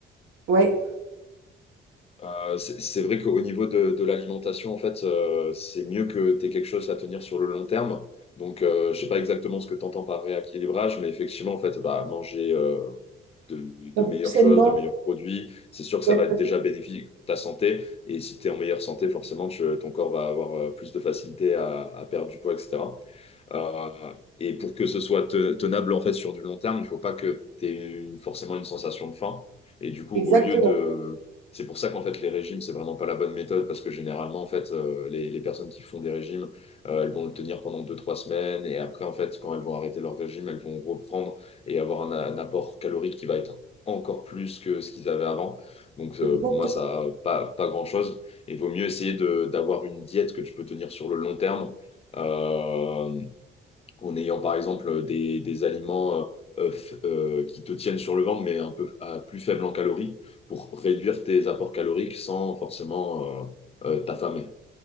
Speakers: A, on the right; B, on the left.
A: ouais,
B: euh, c'est c'est vrai qu'au niveau de, de l'alimentation, en fait, euh, c'est mieux que tu aies quelque chose à tenir sur le long terme. Donc, euh, je sais pas exactement ce que tu entends par rééquilibrage, mais effectivement, en fait, bah, manger, de, de,
A: un
B: meilleures
A: plus sainement,
B: choses, de meilleurs produits. C'est sûr que ça
A: exact-
B: va être déjà bénéfique pour ta santé. Et si tu es en meilleure santé, forcément, tu, ton corps va avoir euh, plus de facilité à, à perdre du poids, etc. Euh, et pour que ce soit te- tenable en fait sur du long terme, il faut pas que tu aies forcément une sensation de faim. Et du coup,
A: exactement.
B: au lieu de... C'est pour ça qu'en fait les régimes, c'est vraiment pas la bonne méthode parce que généralement en fait euh, les, les personnes qui font des régimes, euh, elles vont le tenir pendant deux trois semaines et après en fait quand elles vont arrêter leur régime, elles vont reprendre et avoir un, un apport calorique qui va être encore plus que ce qu'ils avaient avant. Donc euh,
A: Exactement.
B: pour moi ça a pas pas grand-chose. Il vaut mieux essayer de d'avoir une diète que tu peux tenir sur le long terme. Euh, en ayant par exemple des, des aliments euh, euh, f- euh, qui te tiennent sur le ventre, mais un peu à plus faible en calories, pour réduire tes apports caloriques sans forcément euh, euh, t'affamer.